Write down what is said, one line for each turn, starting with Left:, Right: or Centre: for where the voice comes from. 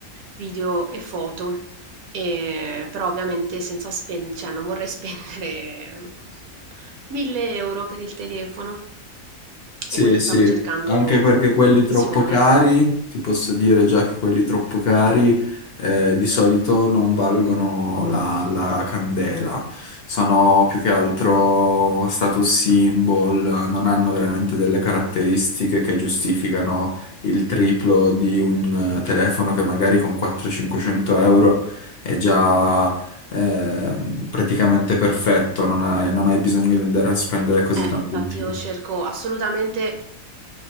Right: video e foto. E, però ovviamente senza spendere, cioè non vorrei <laughs> spendere 1000 euro per il telefono.
Left: Sì,
Right: E quindi
Left: sì,
Right: stavo cercando
Left: anche perché quelli
Right: un'opzione.
Left: troppo cari, ti posso dire già che quelli troppo cari eh, di solito non valgono la, la candela, sono più che altro status symbol, non hanno veramente delle caratteristiche che giustificano il triplo di un eh, telefono che magari con 400-500 euro è già ehm, praticamente perfetto, non hai, non hai bisogno di andare a spendere così
Right: Eh,
Left: tanto
Right: infatti
Left: in più.
Right: io cerco assolutamente